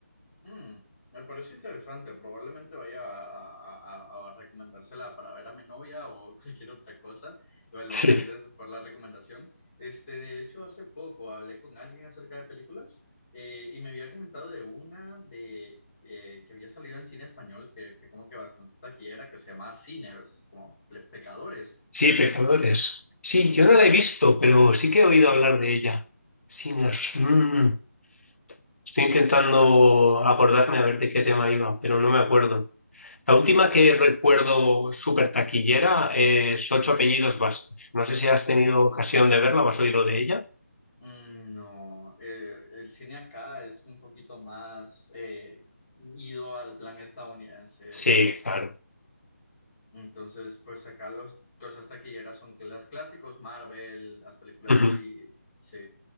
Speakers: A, on the left (about 20°); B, on the left (about 55°).
A: Mm, me parece interesante. Probablemente vaya a, a- a- a recomendársela para ver a mi novia o <laughs> cualquier otra cosa. Igual,
B: Sí,
A: muchas gracias por la recomendación. Este, de hecho, hace poco hablé con alguien acerca de películas eh, y me había comentado de una de eh, que había salido en cine español que fue como que bastante taquillera, que se llama Sinners, como pe- pecadores.
B: sí Pecadores. Sí, yo no la he visto, pero sí que he oído hablar de ella. Sí, me- mm, estoy intentando acordarme a ver de qué tema iba, pero no me acuerdo. La
A: Dice,
B: última que recuerdo súper taquillera es Ocho Apellidos Vascos. No sé si has tenido ocasión de verla o has oído de ella.
A: mm, no, eh, el cine acá es un poquito más eh, ido al plan estadounidense
B: Sí, claro.
A: Entonces, pues acá los cosas taquilleras son los clásicos, Marvel, las películas
B: Ujú,
A: así, sí.